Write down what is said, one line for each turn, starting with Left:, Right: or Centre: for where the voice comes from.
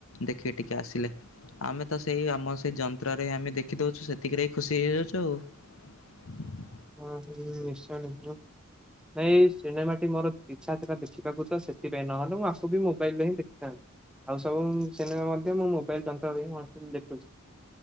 Left: ଦେଖିକି ଟିକେ ଆସିଲେ। ଆମେ ତ ସେଇ ଆମ ସେଇ ଯନ୍ତ୍ରରେ ହିଁ ଆମେ ଦେଖିଦଉଛୁ ସେତିକିରେ ହଁ ଖୁସି ହେଇଯାଉଛୁ ଆଉ।
Centre: ହଁ ନିଶ୍ଚୟ ନିଶ୍ଚୟ ନାଇଁ ଏହି ସିନେମାଟି ମୋର ଇଚ୍ଛା ଥିଲା ଦେଖିବାକୁ ତ ସେଥିପାଇଁ ନହେଲେ ମୁଁ ଆକୁ ବି ମୋବାଇଲରେ ହିଁ ଦେଖିଥାନ୍ତି ଆଉ ସବୁ ସିନେମା ମଧ୍ୟ ମୁଁ ମୋବାଇଲ ତାଙ୍କ ଆଡେ ହିଁ ମୁଁ <unintelligible> ଦେଖୁଛି,